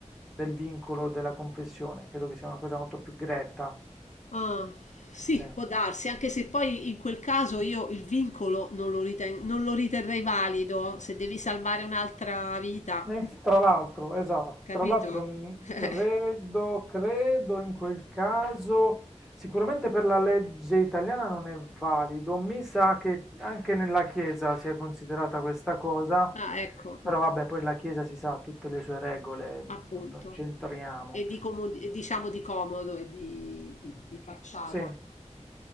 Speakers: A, in the centre; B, on the left.
A: del vincolo della confessione. Credo che sia una cosa molto più gretta.
B: Ah, sì,
A: Sì.
B: può darsi, anche se poi in quel caso io il vincolo non lo riten- non lo riterrei valido se devi salvare un'altra vita,
A: E inf- Tra l'altro, esatto,
B: capito?
A: tra l'altro mh,
B: <laughs>
A: credo, credo in quel caso, sicuramente per la legge italiana non è valido, mi sa che anche nella Chiesa sia considerata questa cosa,
B: Ah, ecco, ok,
A: però vabbè, poi la Chiesa si sa ha tutte le sue regole, non,
B: appunto.
A: non c'entriamo.
B: E di como- e diciamo di comodo e di, di- di facciata.
A: Sì,